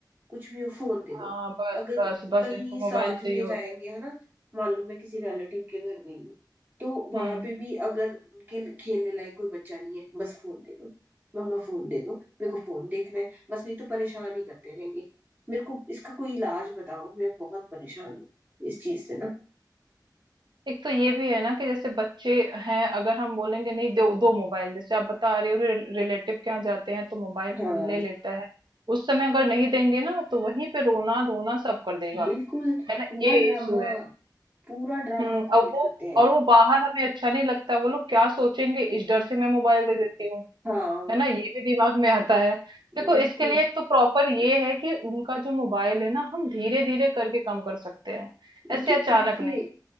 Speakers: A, on the right; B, on the right.
A: कुछ भी हो फोन दे
B: हाँ
A: दो
B: बस
A: अगर
B: बस बस
A: कहीं
B: इनको मोबाइल
A: साथ
B: चाहिए
A: में
B: होता
A: जाएंगे
B: है
A: है ना मान लो मैं किसी रिलेटिव के घर गई हूँ तो वहां
B: हम्म
A: पे भी अगर उनके लिए खेलने लायक कोई बच्चा नहीं है बस फोन दे दो मम्मा फोन दे दो मेरे को फोन देखना है बस नहीं तो परेशान ही करते रहेंगे मेरे को इसका कोई इलाज बताओ मैं बहुत परेशान हूँ इस चीज से ना
B: एक तो ये भी है ना कि जैसे बच्चे हैं अगर हम बोलेंगे नहीं दो दो मोबाइल जैसे आप बता रहे हो रि- रिलेटिव के यहाँ जाते हैं तो मोबाइल
A: हाँ
B: ले लेता है उस समय अगर नहीं देंगे ना तो वहीं पे रोना धोना सब कर देगा
A: बिल्कुल
B: है ना
A: पूरा
B: ये
A: ड्रामा
B: इशू है
A: पूरा ड्रामा
B: हम्म
A: क्रिएट
B: और वो
A: करते हैं
B: और वो बाहर हमें अच्छा नहीं लगता वो लोग क्या सोचेंगे इस डर से मैं मोबाइल दे देती हूँ
A: हाँ
B: है ना ये भी दिमाग में आता है देखो
A: बिल्कुल
B: इसके लिए एक तो प्रॉपर ये है कि उनका जो मोबाइल है ना हम धीरे धीरे करके कम कर सकते हैं
A: लेकिन
B: ऐसे अचानक
A: कैसे
B: नहीं